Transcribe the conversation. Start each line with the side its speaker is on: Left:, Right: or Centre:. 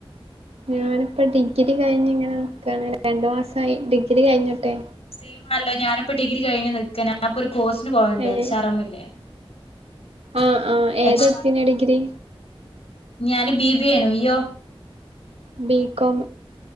Right: ഞാനിപ്പം ഡിഗ്രി കഴിഞ് ഇങ്ങനെ നിക്കാണ് രണ്ടു മാസായി ഡിഗ്രി കഴിഞ്ഞ്ട്ടെ
Left: സെയിമാണല്ലോ ഞാനിപ്പോ ഡിഗ്രി കഴിഞ്ഞ് നിക്ക ഞാനിപ്പൊ ഒരു കോഴ്സിന് പോവൽണ്ട്
Right: ഏഹ്
Left: എച്ച് ആർ എംല്ലേ
Right: ആഹ് ആഹ് ഏതാ
Left: എച്ച്
Right: എടുത്തിനെ
Left: ആർ എം
Right: ഡിഗ്രി
Left: ഞാന് ബി ബി എ ആയ്നു ഇയ്യോ?
Right: ബി കോം